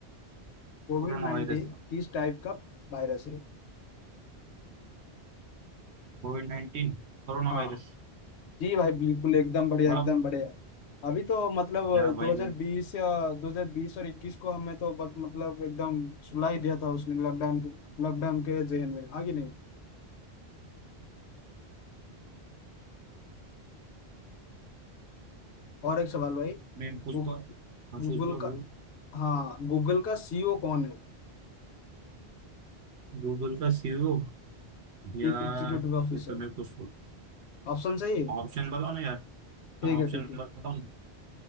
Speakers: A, on the left; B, on the right.
A: कोविड
B: Corona
A: नाइन्टीन
B: virus
A: किस टाइप का वायरस है
B: Covid नाइन्टीन corona
A: हाँ
B: virus
A: जी भाई बिल्कुल एकदम बढ़िया
B: वाह
A: एकदम बढ़िया अभी तो मतलब
B: यार भाई
A: 2020
B: वो-
A: या 2020 और 21 को हमें तो बस मतलब एकदम सुला ही दिया था उसने लॉकडाउन लॉकडाउन के जहन में आगे नहीं और एक सवाल भाई
B: मैं पूछ
A: गूगल
B: तो हाँ पूछ लो
A: का
B: भाई
A: हाँ गूगल का सीईओ कौन है
B: गूगल का सीईओ यार
A: चीफ एग्जीक्यूटिव ऑफिसर
B: ये तो मैं कुछ
A: ऑप्शन सही है
B: ऑप्शन बताओ ना यार
A: ठीक
B: हाँ
A: है
B: ऑप्शन
A: ठीक है
B: बताओ ना